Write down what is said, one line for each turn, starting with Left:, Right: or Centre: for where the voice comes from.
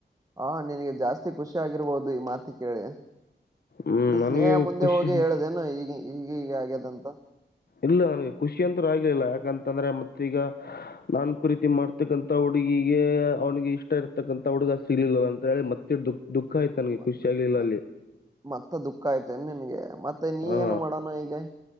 Right: ಹಾ ನಿನಗೆ ಜಾಸ್ತಿ ಖುಷಿ ಆಗಿರ್ಬೋದು ಈ ಮಾತಿ ಕೇಳಿ
Left: ಹ್ಮ್
Right: ನೀ
Left: ನನಗೆ
Right: ಸ್ನೇಹ ಮುಂದೆ
Left: ಖುಷಿ
Right: ಹೋಗಿ ಹೇಳುದೇನ ಈಗ ಈಗ ಹೀಗ ಆಗ್ಯದಂತ
Left: ಇಲ್ಲ ನನ್ಗೆ ಖುಷಿ ಅಂತೂ ಆಗಿರ್ಲಿಲ್ಲ ಯಾಕಂತಂದ್ರೆ ಮತ್ತೀಗ ನಾನ್ ಪ್ರರೀತಿ ಮಾಡ್ತಕ್ಕಂಥ ಹುಡುಗಿಗೆಗ ಅವ್ನಿಗೆ ಇಷ್ಟ ಇರ್ತಕ್ಕಂಥ ಹುಡುಗ ಸಿ ಇರ್ಿಲ್ಲ ಅಂತ ಹೇಳಿ ಮತ್ತೆ ದುಃಖ ದುಃಖ ಆಯ್ತು ನನಗೆ
Right: ಮ
Left: ಖುಷಿ ಆಗ್ಲಿಲ್ಲ
Right: ಮತ್
Left: ಅಲ್ಲಿ
Right: ಮತ್ತ ದುಃಖ ಆಯ್ತನ್ ನಿನ್ಗೆ ಮತ್ತೆ ನೀ
Left: ಹಾ
Right: ಏನು ಮಾಡೋಣ ಈಗ